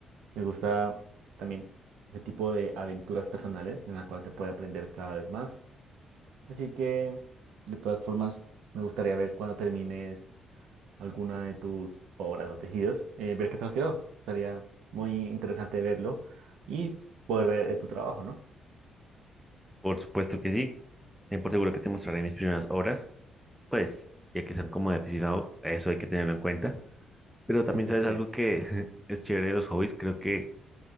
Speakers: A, on the right (about 80°); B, in the centre.
A: Me gusta también ese tipo de aventuras personales en la cual se puede aprender cada vez más. Así que, de todas formas, me gustaría ver cuando termines alguna de tus obras o tejidos, eh, ver qué tal quedó. Estaría muy interesante verlo y poder ver eh, tu trabajo, ¿no?
B: Por supuesto que sí, ten por seguro que te mostraré mis primeras obras, pues ya que son como de aficionado, eso hay que tenerlo en cuenta. Pero también
A: <laughs>
B: sabes
A: Sí.
B: algo que <laughs> es chévere de los hobbies, creo que